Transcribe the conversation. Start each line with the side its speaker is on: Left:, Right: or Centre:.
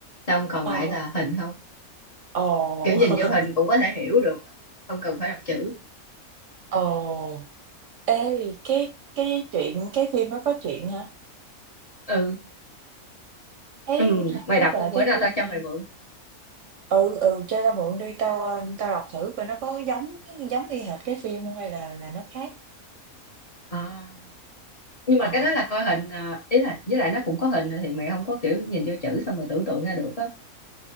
Left: xong còn
Right: Ờ.
Left: lại là hình không
Right: Ồ.
Left: kiểu nhìn
Right: <laughs>
Left: vô hình cũng có thể hiểu được á, không cần phải đọc chữ
Right: Ồ, ê, cái cái chuyện cái phim nó có chuyện hả?
Left: ừ
Right: Thấy
Left: ừ
Right: hay
Left: mày
Right: quá
Left: đọc
Right: trời
Left: không bữa
Right: cái
Left: nào
Right: phim
Left: tao cho
Right: hay.
Left: mày mượn
Right: Ừ ừ, cho tao mượn đi tao tao đọc thử coi nó có giống giống y hệt cái phim không hay là là nó khác.
Left: à, nhưng
Right: Ờ,
Left: mà cái đó là coi hình à, ý là với lại nó cũng có hình rồi thì mày không có kiểu nhìn vô chữ xong mày tưởng tượng ra được á